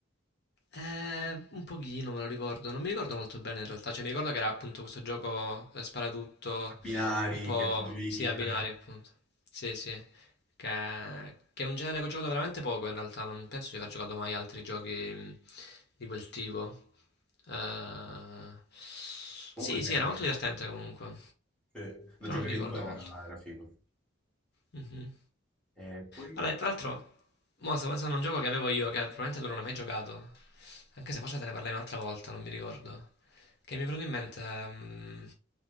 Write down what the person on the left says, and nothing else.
Ehm, un pochino me lo ricordo, non mi ricordo molto bene in realtà, cioè mi ricordo che era appunto questo gioco eh, sparatutto,
un po'
sì,
a binari appunto, sì sì, che, che è un genere che ho giocato veramente poco in realtà, non penso di aver giocato mai altri giochi mh, di quel tipo. Eh,
sì
sì, era molto divertente comunque,
però
non mi ricordo
molto.
Mhm.
Allora, tra l'altro, mo sto pensando a un gioco che avevo io, che probabilmente tu non hai mai giocato, anche se forse te ne parlai un'altra volta, non mi ricordo, che mi è venuto in mente, mm,